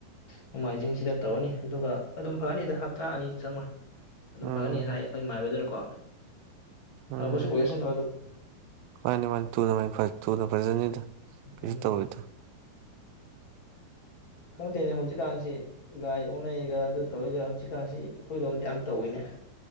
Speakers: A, on the left; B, on the right.
A: ꯅꯣꯡꯃꯥꯏꯖꯤꯡꯁꯤꯗ ꯇꯧꯔꯅꯤ ꯑꯗꯨꯒ ꯑꯗꯨꯝ ꯐꯅꯤꯗ ꯍꯞꯇꯥ ꯑꯅꯤ ꯆꯪꯉꯣꯏ ꯑꯗꯨꯝ
B: ꯎꯝ
A: ꯐꯔꯅꯤ ꯍꯥꯏ ꯑꯩꯈꯣꯏ ꯃꯥꯏꯕꯗꯨꯅꯀꯣ
B: ꯎꯝ
A: ꯐꯕꯁꯨ ꯑꯣꯏꯔꯁꯅꯨ ꯑꯗꯨꯝ
B: ꯃꯥꯅꯤ ꯃꯥꯅꯤꯨꯅ ꯃꯥꯅꯤ ꯊꯨꯅ ꯐꯖꯅꯤꯗ ꯀꯩꯁꯨ
A: ꯎꯝ
B: ꯇꯧꯋꯤꯗꯣ
A: ꯈꯪꯗꯦꯅꯦ ꯍꯧꯖꯤꯛꯀꯥꯟꯁꯤ ꯂꯥꯏ ꯑꯣꯅꯩꯒ ꯑꯗꯨ ꯇꯧꯔꯤꯒ ꯍꯧꯖꯤꯛꯀꯥꯟꯁꯤ ꯑꯩꯈꯣꯏꯔꯣꯝꯗ ꯌꯥꯝ ꯇꯧꯏꯤꯅꯦ